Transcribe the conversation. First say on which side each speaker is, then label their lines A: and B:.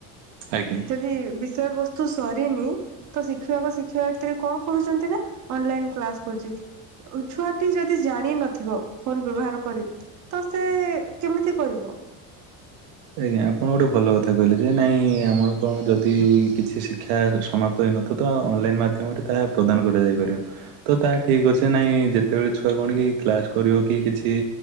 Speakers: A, on the right; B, on the right.
A: ଆଜ୍ଞା।
B: ହି-ବିଷୟବସ୍ତୁ ସରିନି ତ ଶିକ୍ଷକ ଶିକ୍ଷୟିତ୍ରୀ କଣ କରୁଚନ୍ତି ନା ଅନଲାଇନ୍ କ୍ଲାସ୍ କରୁଚି। ଉ, ଛୁଆଟି ଯଦି ଜାଣି ନଥିବ ଫୋନ୍ ବ୍ୟବହାର କରି। ତ ସେ କେମିତି କରିବ।
A: ଆଜ୍ଞା ଆପଣ ଗୋଟେ ଭଲ କଥା କହିଲେ ଯେ ନାଇଁ ଆମର କଣ ଯଦି କିଛି ଶିକ୍ଷା ସମାପ୍ ତ ହେଇନଥିବ ତ ଅନଲାଇନ୍ ମାଧ୍ୟମରେ ତାହା ପ୍ରଦାନ କରାଯାଇ ପାରିବ। ତ ତା ଠିକ୍ ଅଛି ନାଇଁ ଯେତେବେଳେ ଛୁଆ କଣକି କ୍ଲାସ୍ କରିବ କି କିଛି